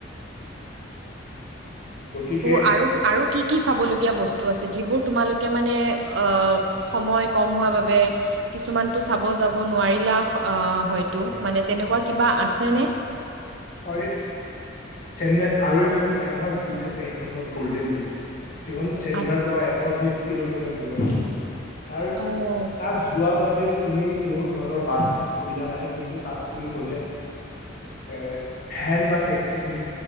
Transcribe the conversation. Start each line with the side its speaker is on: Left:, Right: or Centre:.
Left: গতিকে
Right: ত
Left: সেইখন
Right: আৰু আৰু কি কি চাব লগীয়া বস্তু আছে যিবোৰ তোমালোকে মানে অ সময় কম হোৱা বাবে কিছুমানতটো চাব যাব নোৱাৰিলা হয়তটো
Left: হয়
Right: মানে তেনেকুৱা কিবা আছেনে
Left: হয় চেন্নাইত আৰু এখন ফেমাচ ব্ৰীচ আছে সেইখন হ'ল গ'ল্ডেন ব্ৰীচ যিমান চেন্নাৰ
Right: আ
Left: পৰা এশ বিশ কিলোমিটাৰ দূৰত আছে তাৰ
Right: অ'
Left: তাত যোৱা বাবে তুমি কোনো ধৰণৰ বাছ সুবিধা নাই কিন্তু তাত তুমি গলে এ ভেন বা টেক্সি তুমি